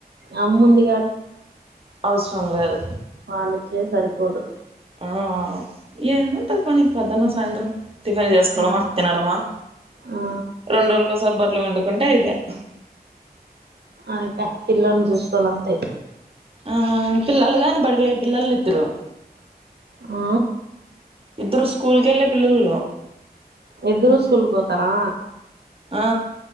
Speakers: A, on the right; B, on the right.
A: అమ్మ ఉంది
B: అవసరం లేదు
A: వాళకే సరిపోదు
B: ఆ ఏంటంటది పని పద్ధన్న సాయంత్రం టిఫిన్ చేసుకోవడమా
A: ఆ
B: తినడమా
A: ఆ
B: రెండు రోజులకోసారి బట్టలు పిన్ డుకుంటే అయిపోను
A: ఆయకా పిల్లలను చూసుకోలంతే
B: ఆ పిల్లలు కాని పడివయ పిల్లలు ఇద్దరు
A: ఆ
B: ఇద్దరు స్కూల్ కెళ్ళే పిల్లలు
A: ఎద్దరు స్కూల్కి పోతారా
B: ఆ